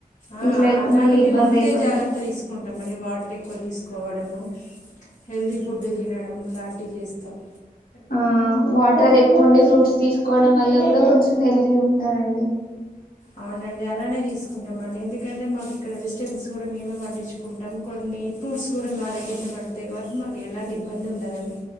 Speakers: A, on the left; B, on the left.
A: ఆ
B: ఇట్ల అయితే
A: అలానే
B: మళ్ళీ ఇబ్బంది
A: మేము ముందే
B: అయిపోతా
A: జాగ్రత్త తీసుకుంటాం అండి వాటర్ ఎక్కువ తీసుకోవడము హెల్దీ ఫుడ్ తినడం లాంటివి చేస్తాం
B: హామ్ హా వాటర్ ది ఎక్కువండే ఫ్రూట్స్ తీసుకోవడం వల్ల కూడా కొంచెం హెల్తీగా ఉంటారండి
A: అవునండి అలానే తీసుకు కుంటాం అంటె ఎందుకంటే మాకు ఇక్కడ వెజిటేబుల్స్ కూడ మేమే పండించుకుంటాము కొన్ని ఫ్రూట్స్ కూడా మా దగ్గర పండుతాయి కాబట్టి మాకు ఎలాంటి ఇబ్బంది ఉండదండి